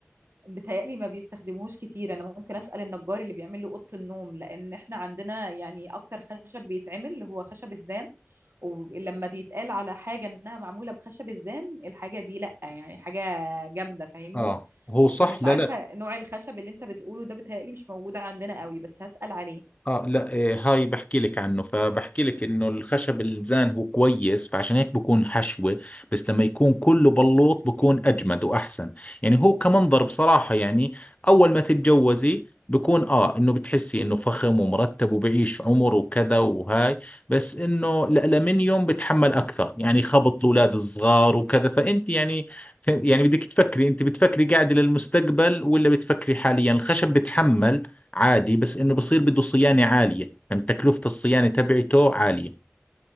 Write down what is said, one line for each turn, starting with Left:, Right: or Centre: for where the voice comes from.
Right: بتهيألي ما بيستخدموهوش كتير انا ممكن اسأل النجار اللي بيعمل لي اوضة النوم لان احنا عندنا يعني اكتر خشب بيتعمل اللي هو خشب الزان ولما بيتقال على حاجة انها معمولة بخشب الزان الحاجة دي لأ يعني حاجة جامدة فاهمني
Left: اه هو صح
Right: فمش
Left: لا
Right: عارفة
Left: لا
Right: نوع الخشب اللي انت بتقوله ده بتهيألي مش موجود عندنا قوي بس هسأل عليه
Left: اه لا إيه، هاي بحكي لك عنه فبحكي لك انه الخشب الزان هو كويس فعشان هيك بكون حشوة بس لما يكون كله بلوط بكون اجمد واحسن يعني هو كمنظر بصراحة يعني اول ما تتجوزي بكون اه انه بتحسي انه فخم ومرتب وبعيش عمر وكذا وهاي بس انه الالمنيوم بتحمل اكثر يعني خبط الاولاد الصغار وكذا فانت يعني يعني بدك تفكري انت بتفكري قاعدة للمستقبل ولا بتفكري حاليا الخشب بتحمل عادي بس انه بصير بده صيانة عالية فهم تكلفة الصيانة تبعته عالية